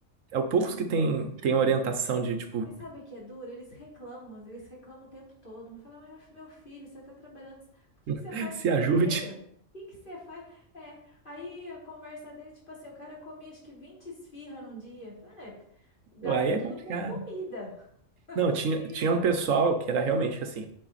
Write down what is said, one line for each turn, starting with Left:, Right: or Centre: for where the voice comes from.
Right: É o poucos
Left: Ai, não
Right: que tem,
Left: sei.
Right: tem orientação de, tipo,
Left: Mas sabe o que é duro? Eles reclamam, eles reclamam o tempo todo. Não fala, mas meu filho, você tá trabalhando. O que que
Right: <laughs>
Left: você faz
Right: se
Left: com o seu
Right: ajude.
Left: dinheiro? O que que você faz? É. Aí a conversa dele, tipo assim, o cara comia acho que 20 esfirra num dia. Fala, é, p- gasta
Right: Aí é
Left: tudo
Right: complicado.
Left: com comida. <laughs> Não
Right: Não,
Left: É possível.
Right: tinha, tinha um pessoal que era realmente assim: